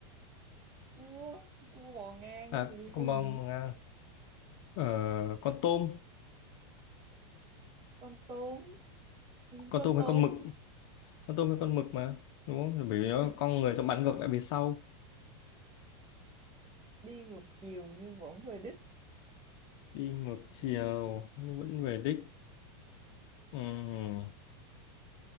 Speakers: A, on the right (about 30°); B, on the left (about 55°).
A: cua cua bò ngang
B: À,
A: thì liên
B: con
A: quan
B: bông
A: gì
B: à? Ờ, con tôm,
A: con tôm
B: con
A: con
B: tôm hay
A: tôm
B: con mực? Con tôm hay con mực mà, đúng không? Rồi Bởi vì nó
A: thì
B: cong người sẽ bắn ngược lại về sau,
A: đi ngược chiều nhưng vẫn về đích
B: đi ngược chiều nhưng vẫn về đích. Ừm,